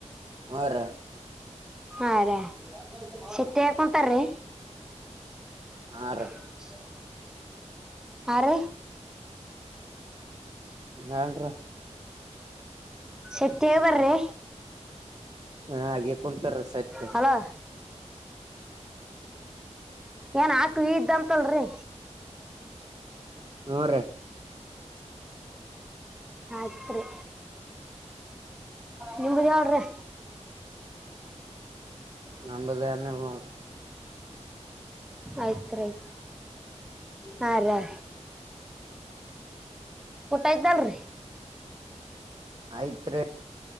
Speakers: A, on the right (about 35°); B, in the centre.
A: ಹರ
B: ಹಾ ರಾ ಶತಂತಾರೀ
A: ಹಾ ರೀ
B: ಹ ಆರ
A: ನನ್ರ
B: ಶತ್ಯ ಬರ್ರೆ
A: ಹ ಹಾಗೆ ಕುಂತರಸ ಆಯ್ತ
B: ಹಲೋ ಏನ್ ಹಾಕ್ ಇದ್ದಂತಲ್ರಿ
A: ಹ್ಮ ರ
B: ಹತ್ರಿ ನಿಮ್ದ ಯಾವ್ರೀ
A: ನಂಬದ ಹನ್ನಲ್ನೋರು
B: ಆಯ್ತ್ಯ್ತ್ ಹಾ ರ ಊಟ ಇದ್ದಲ್ರರಿ
A: ಆಯ್ತ್ರಿ